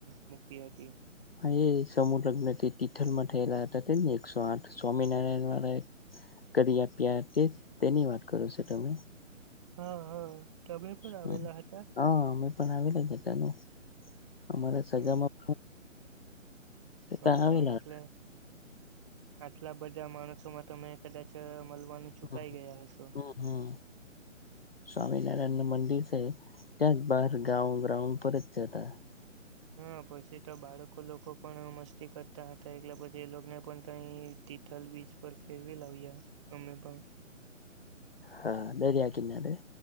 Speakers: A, on the right (about 25°); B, on the left (about 50°).
A: મૂકી હતી.
B: હા, એ સમૂહ લગ્ન થી તિથલ માં થયેલા હતા ને, એકસો આઠ સ્વામિનારાયણ વાળા. કદી આપ્યા કે તેની વાત કરો છો તમે
A: હા હા તમે પણ આવેલા
B: હમ
A: હતા
B: હા અમે પણ આવી લેટને અમારે સજામાં
A: હ
B: ત્યા
A: હ
B: આવેલા
A: હ એટલે આટલા બધા માણસોમાં તમે કદાચ મળવાનું ચુકાઈ
B: હા
A: ગયા હશો
B: હા હા સ્વામિનારાયણ નું મંદિર છે ત્યાં જ બહાર ગાઉ ગ્રાઉન્ડ પર જ જતા
A: હા, પછી તો બાળકો લોકો પણ મસ્તી કરતા હતા, એટલે પછી એ લોકોને પણ કંઈ તિથલ બીચ પર ફેરવી લાવ્યા અમે પણ.
B: હા, દૈર આકનેે.